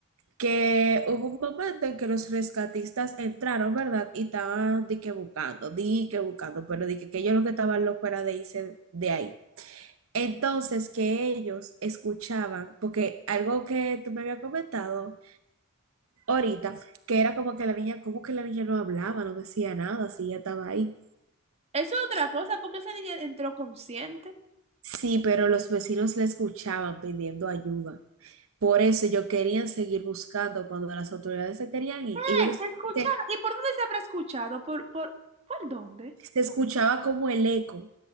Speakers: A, on the right; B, on the right.
A: Que hubo un momento en que los rescatistas entraron, ¿verdad? Y estaban di que buscando, di que buscando, pero di que, que ellos lo que estaban locos era de irse de ahí. Entonces, que ellos escuchaban, porque algo que tú me habías comentado ahorita, que era como que la niña, como que la niña no hablaba, no decía nada, si ella estaba ahí.
B: Eso es otra cosa, porque esa niña entró consciente.
A: Sí, pero los vecinos la escuchaban pidiendo ayuda. Por eso ellos querían seguir buscando cuando las autoridades se querían
B: Eh,
A: ir. Ellos decían
B: Escucha,
A: que
B: ¿y por dónde se habrá escuchado? ¿Por, por, por dónde?
A: se escuchaba como el eco